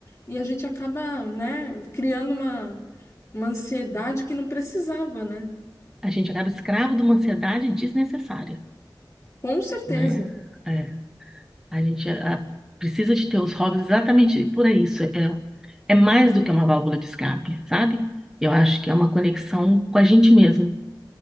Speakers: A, on the left (about 35°); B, in the centre.
A: E a gente acaba, né, criando uma, uma ansiedade que não precisava, né?
B: A gente acaba escravo de uma ansiedade desnecessária,
A: Com certeza,
B: não é? É, a gente ah, precisa de ter os hobbies exatamente por isso. É, é mais do que uma válvula de escape, sabe? Eu acho que é uma conexão com a gente mesmo.